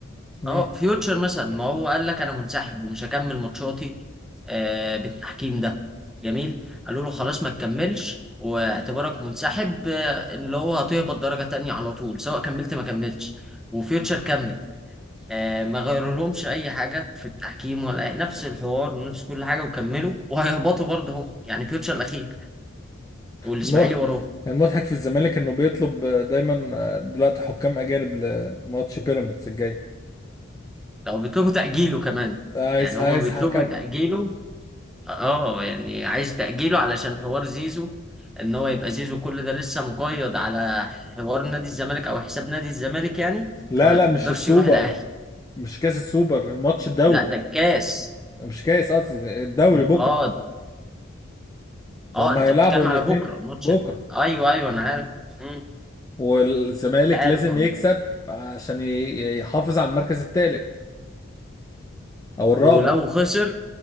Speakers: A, on the left; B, in the centre.
A: مم.
B: اه فيوتشر مثلا ما هو قال لك انا منسحب ومش هكمل ماتشاتي آه بالتحكيم ده جميل قالوا له خلاص ما تكملش واعتبارك منسحب آه، اللي هو هتهبط درجه تانية على طول سواء كملت ما كملتش وفيوتشر كمل آه، ما غيرولهمش اي حاجه في التحكيم ولا أي... نفس الحوار ونفس كل حاجه وكملوا وهيهبطوا برضه هم يعني فيوتشر الاخير والاسماعيلي
A: الم-
B: وراه
A: المضحك في الزمالك انه بيطلب دايما دلوقتي حكام اجانب لماتش بيراميدز الجاي
B: لو بيطلبوا تاجيله كمان
A: عايز
B: يعني
A: عايز
B: هما بيطلبوا
A: حكم
B: تاجيله اه يعني عايز تاجيله علشان حوار زيزو ان هو يبقى زيزو كل ده لسه مقيد على حوار نادي الزمالك او حساب نادي الزمالك يعني
A: لا
B: فما
A: لا مش
B: يقدرش
A: السوبر
B: يروح الاهلي
A: مش كاس السوبر الماتش الدوري
B: لا ده الكاس
A: مش كاس قصدي الدوري بكره
B: اه
A: ده
B: اه
A: هم
B: انت
A: هيلعبوا
B: بتتكلم
A: الاتنين
B: على بكره الماتش
A: بكره
B: ده ايوه ايوه انا عارف مم،
A: والزمالك
B: انت عارف
A: لازم يكسب عشان ي- يحافظ على المركز الثالث او الرابع
B: ولو خسر